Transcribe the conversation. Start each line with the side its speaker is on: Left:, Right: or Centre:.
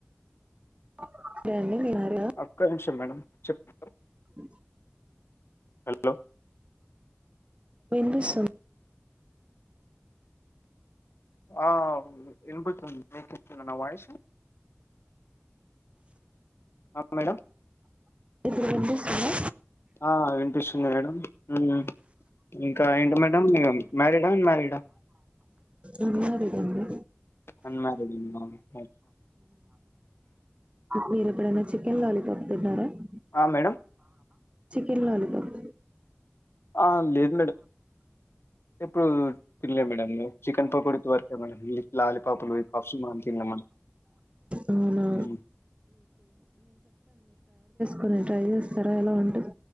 Right: <unintelligible>
Left: ఒక్క నిమిషం మేడం చెప్ప
Right: ఉ
Left: హలో
Right: వినిపిస్తుంది
Left: ఆ వినిపిస్తుంది మీకు వినిపిస్తుందా నా వాయిస్ ఆ మేడం
Right: ఇప్పుడు వినిపిస్తుందా
Left: ఆ వినిపిస్తుంది మేడం ఉ ఇంకా ఏంటి మేడం ఇగ మ్యారీడా అన్మారీడా
Right: అన్ మారీడ్ అండి
Left: అన్మారీడ్ ఆ
Right: మీరెప్పుడైనా <unintelligible> వెళ్ళాలి <unintelligible>
Left: ఆ మేడం
Right: చికెన్ లాలీపాప్
Left: ఆ లేదు మేడం ఎప్పుడు తినలే మేడం చికెన్ పకోడి వరకే మేడం లాలీపాపులు ఎగ్ పఫ్స్ మనము తినలేము
Right: అవునా
Left: ఉ
Right: పోనీ ట్రై చేస్తారా ఎలా ఉంటదో